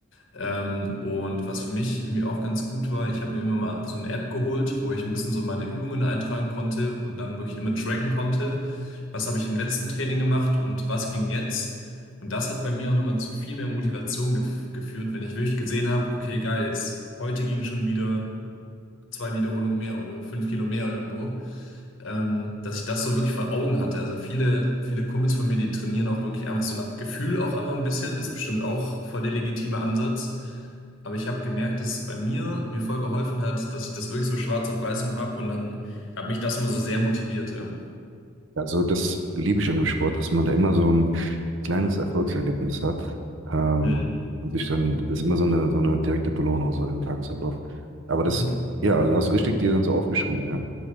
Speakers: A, on the left (about 70°); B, on the right (about 65°).
A: Ähm, und was für mich irgendwie auch ganz gut war, ich habe mir irgendwann mal einfach so eine App geholt, wo ich ein bisschen so meine Übungen eintragen konnte und dann wirklich immer tracken konnte was habe ich im letzten Training gemacht und was ging jetzt. Und das hat bei mir auch nochmal zu viel mehr Motivation gef geführt, wenn ich wirklich gesehen habe, okay, geil, jetzt heute ging schon wieder zwei Wiederholungen mehr oder fünf Kilo mehr irgendwo, ähm, dass ich das so wirklich vor Augen hatte. Also viele, viele Kumpels von mir, die trainieren auch wirklich einfach so nach Gefühl auch einmal ein bisschen, ist bestimmt auch voll der legitime Ansatz. Aber ich habe gemerkt, dass es bei mir mir voll geholfen hat, dass ich das wirklich so schwarz auf weißem habe und dann hat mich das immer so sehr motiviert. Ja.
B: Also das liebe ich an dem Sport, dass man da immer so ein kleines Erfolgserlebnis hat ähm,
A: Hm.
B: und sich dann, das ist immer so eine, so eine direkte Belohnung so im Tagesablauf. Aber das,
A: Mhm.
B: ja, also hast du richtig dir dann so aufgeschrieben, ja?